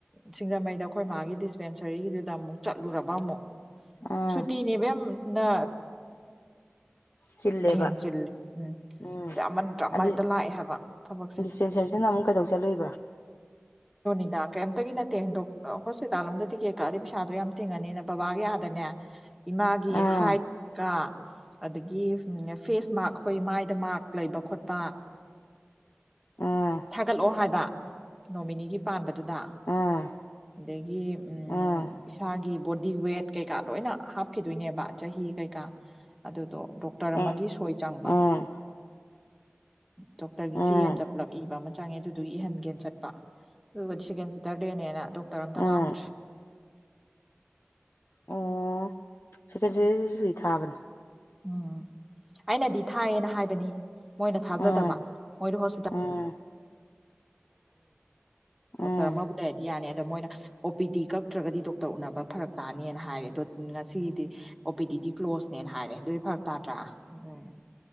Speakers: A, in the centre; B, on the left (about 65°).
A: ꯁꯤꯡꯖꯃꯩꯗ ꯑꯩꯈꯣꯏ ꯃꯥꯒꯤ ꯗꯤꯁꯄꯦꯟꯁꯔꯤꯒꯤꯗꯨꯗ ꯑꯃꯨꯛ ꯆꯠꯂꯨꯔꯕ ꯑꯃꯨꯛ
B: ꯑꯥ
A: ꯁꯨꯇꯤꯅꯦ ꯏꯕꯦꯝ ꯅ
B: ꯆꯤꯜꯂꯦꯕ
A: ꯍꯦꯟꯆꯜꯂꯦ ꯎꯝ
B: ꯎꯝ
A: ꯑ ꯑꯃ ꯅꯠꯇ꯭ꯔꯥ ꯑꯃ
B: ꯑꯗꯨ
A: ꯍꯦꯛꯇ ꯂꯥꯛꯑꯦ ꯍꯥꯏꯕ ꯊꯕꯛꯁꯦ
B: ꯗꯤꯁꯄꯦꯟꯁꯔꯗꯅ ꯑꯃꯨꯛ ꯀꯩꯗꯧ ꯆꯠꯂꯨꯏꯕ
A: ꯔꯣꯅꯤꯗꯥ ꯀꯩꯝꯇꯒꯤ ꯅꯠꯇꯦꯗ ꯍꯣꯁꯄꯤꯇꯥꯜꯂꯣꯝꯗ ꯇꯤꯛꯀꯦꯠ ꯀꯛꯑꯗꯤ ꯄꯩꯁꯥꯗꯣ ꯌꯥꯝ ꯇꯤꯡꯉꯅꯤꯅ ꯕꯕꯥꯒꯤ ꯑꯥꯗꯅꯦ ꯏꯃꯥꯒꯤ
B: ꯑꯥ
A: ꯍꯥꯏꯠꯀ ꯑꯗꯒꯤ ꯐꯦꯁ ꯃꯛ ꯑꯩꯈꯣꯏ ꯃꯥꯏꯗ ꯃꯔꯛ ꯂꯩꯕ ꯈꯣꯠꯄ
B: ꯑꯥ
A: ꯊꯥꯒꯠꯂꯛꯑꯣ ꯍꯥꯏꯕ ꯅꯣꯃꯤꯅꯤꯒꯤ ꯄꯥꯟꯕꯗꯨꯗ
B: ꯑꯥ
A: ꯑꯗꯒꯤ
B: ꯑꯥ
A: ꯏꯁꯥꯒꯤ ꯕꯣꯗꯤ ꯋꯦꯠ ꯀꯩꯀꯥ ꯂꯣꯏꯅ ꯍꯥꯞꯈꯤꯗꯣꯏꯅꯦꯕ ꯆꯍꯤ ꯀꯩꯀꯥ ꯑꯗꯨꯗꯣ ꯗ ꯗꯣꯛꯇꯔ ꯑꯃꯒꯤ
B: ꯑꯦ
A: ꯁꯣꯏ ꯆꯪꯕ
B: ꯑꯥ
A: ꯗꯣꯛꯇꯔꯒꯤ
B: ꯑꯥ
A: ꯆꯦ ꯑꯦꯝꯗ ꯄꯨꯂꯞ ꯏꯕ ꯑꯃ ꯆꯪꯉꯦ ꯑꯗꯨꯗꯨꯒꯤ ꯏꯍꯟꯒꯦꯅ ꯆꯠꯄ ꯑꯗꯨꯕꯨꯗꯤ ꯁꯦꯀꯦꯟ ꯁꯤꯇꯔꯗꯦꯅꯦꯅ ꯗꯣꯛꯇꯔ ꯑꯝꯇ
B: ꯑꯥ
A: ꯂꯥꯛꯑꯝꯗ꯭ꯔꯦ
B: ꯑꯣ ꯁꯦꯀꯦꯟ ꯁꯥꯔꯇꯥꯔꯗꯦ ꯁꯨꯇꯤ ꯊꯥꯕꯅꯦ
A: ꯎꯝ ꯑꯩꯅꯗꯤ ꯊꯥꯏꯌꯦꯅ ꯍꯥꯏꯕꯅꯤ ꯃꯣꯏꯅ ꯊꯥꯖꯗꯕ
B: ꯑꯥ
A: ꯃꯣꯏꯗꯣ ꯍꯣꯁꯄꯤꯇꯥꯜ
B: ꯑꯥ
A: ꯗꯣꯛꯇꯔ
B: ꯑꯥ
A: ꯑꯃꯕꯨ ꯂꯩꯔꯗꯤ ꯌꯥꯅꯤ ꯑꯗ ꯃꯣꯏꯅ ꯑꯣ ꯄꯤ ꯇꯤ ꯀꯞꯛꯇ꯭ꯔꯒꯗꯤ ꯗꯣꯛꯇꯥꯔ ꯇꯥꯔ ꯎꯅꯕ ꯐꯔꯛ ꯇꯥꯅꯤꯅ ꯍꯥꯏꯔꯦ ꯑꯗꯣ ꯉꯁꯤꯒꯤꯗꯤ ꯑꯣ ꯄꯤ ꯗꯤ ꯀ꯭ꯂꯣꯁꯅꯦꯅ ꯍꯥꯏꯔꯦ ꯑꯗꯨꯗꯤ ꯐꯔꯛ ꯇꯥꯗ꯭ꯔꯥ ꯎꯝ